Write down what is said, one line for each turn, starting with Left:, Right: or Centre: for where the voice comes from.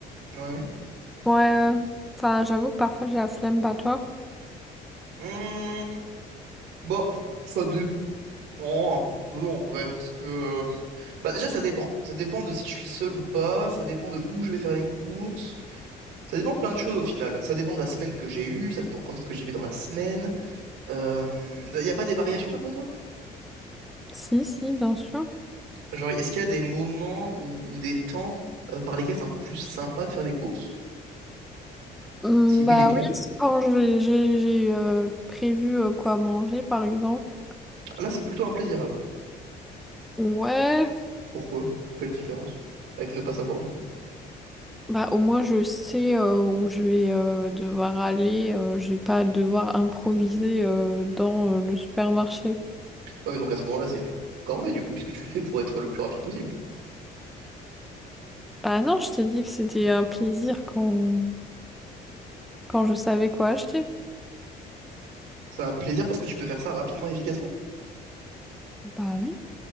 Right: Ouais.
Centre: Ouais, euh, enfin, j'avoue que parfois, j'ai la flemme, pas toi.
Right: Hmm, bah, ça dépend un peu en vrai, parce que... euh, Bah déjà ça dépend. Ça dépend de si je suis seul ou pas, ça dépend de où je vais faire les courses, ça dépend de plein de choses au final. Ça dépend de la semaine que j'ai eue, ça dépend quand est-ce que j'y vais dans la semaine. Euh... Y a pas des variations comme ça toi?
Centre: Si, si, bien sûr.
Right: Genre est-ce qu'il y a des moments ou, ou des temps euh, par lesquels c'est un peu plus sympa de faire les courses?
Centre: Hum,
Right: Si oui,
Centre: bah
Right: lesquels?
Centre: oui, c'est quand je vais- j'ai j'ai, euh, prévu euh, quoi manger, par exemple.
Right: Ah, Là c'est plutôt un plaisir alors.
Centre: Ouais,
Right: Pourquoi? Quelle différence? Avec ne pas savoir du coup.
Centre: bah au moins, je sais euh, où je vais euh, devoir aller. euh, j'ai pas à devoir improviser euh, dans euh, le supermarché.
Right: Ouais mais donc à ce moment-là c'est une corvée du coup, puisque tu le fais pour être le plus rapide possible.
Centre: Bah non, je t'ai dit que c'était un plaisir quand, quand je savais quoi acheter.
Right: C'est un plaisir parce que tu peux faire ça rapidement et efficacement.
Centre: Bah oui.